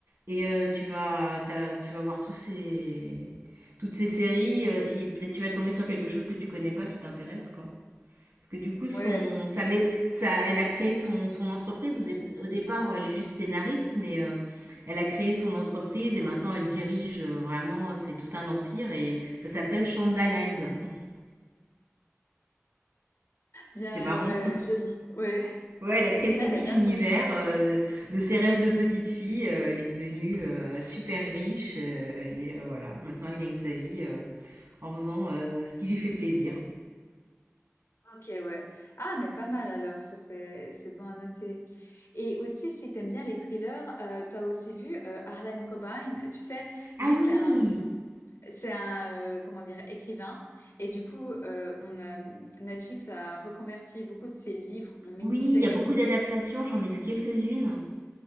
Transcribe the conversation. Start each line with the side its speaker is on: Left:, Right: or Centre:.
Right: et euh, tu vas, t'as- tu vas voir tous ces, toutes ces séries, euh, si peut-être tu vas tomber sur quelque chose que tu connais pas qui t'intéresse, quoi. Parce que du coup, son,
Left: ouais elle-
Right: ça met, ça, elle a créé son, son entreprise. Au, dé- au départ, elle est juste scénariste, mais euh, elle a créé son entreprise et maintenant elle dirige euh, vraiment, c'est tout un empire et ça s'appelle Shondaland. <laughs>
Left: bien
Right: C'est marrant.
Left: ouais joli ouais
Right: Ouais, elle a créé son
Left: elle
Right: petit
Left: a bien
Right: univers
Left: trouvé son petit
Right: euh, de, de ses rêves de petite fille. euh, elle est devenue euh, super riche euh, et euh, voilà, maintenant elle gagne sa vie euh, en faisant euh, ce qui lui fait plaisir.
Left: Ok, ouais. Ah, mais pas mal alors, ça c'est c'est bon à noter. Et aussi, si t'aimes bien les thrillers, euh, t'as aussi vu euh, Harlan Cobain. Tu sais,
Right: Ah
Left: lui
Right: oui!
Left: c'est un c'est un euh, comment dire écrivain. Et du coup, euh, on a- Netflix a reconverti beaucoup de ses livres en mini-séries.
Right: Oui, il y a beaucoup d'adaptations, j'en ai vu quelques-unes.